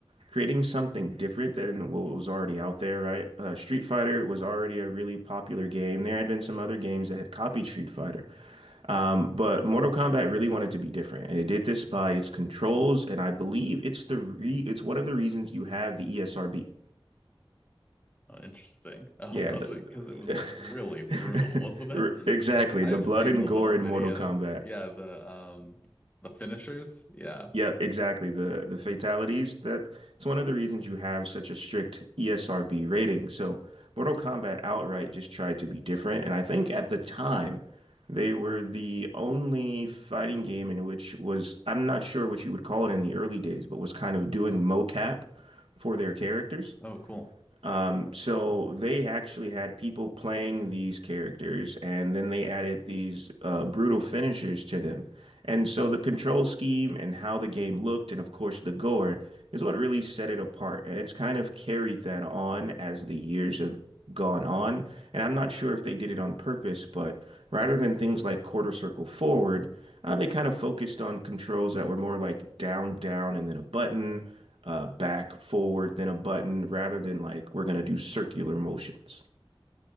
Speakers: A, on the right; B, on the left.
A: creating something different than what was already out there, right? Uh, Street Fighter was already a really popular game. There had been some other games that had copied Street Fighter, um, but Mortal Kombat really wanted to be different, and it did this by its controls, and I believe it's the re it's one of the reasons you have the ESRB.
B: Oh, interesting. Oh,
A: Yeah,
B: <laughs> was
A: the,
B: it because it was like really brutal,
A: <laughs>
B: wasn't it?
A: exactly.
B: I've
A: The blood
B: seen
A: and
B: the
A: gore
B: little
A: in
B: videos.
A: Mortal Kombat.
B: Yeah, the um the finishers. Yeah.
A: Yep, exactly. The the fatalities that it's one of the reasons you have such a strict ESRB rating. So Mortal Kombat outright just tried to be different, and I think at the time they were the only fighting game in which was I'm not sure what you would call it in the early days, but was kind of doing mocap for their characters.
B: Oh, cool.
A: Um, so they actually had people playing these characters, and then they added these uh, brutal finishers to them. And so the control scheme and how the game looked, and of course the gore, is what really set it apart. And it's kind of carried that on as the years have gone on. And I'm not sure if they did it on purpose, but rather than things like quarter circle forward, uh, they kind of focused on controls that were more like down, down, and then a button uh, back, forward, then a button, rather than like we're gonna do circular motions.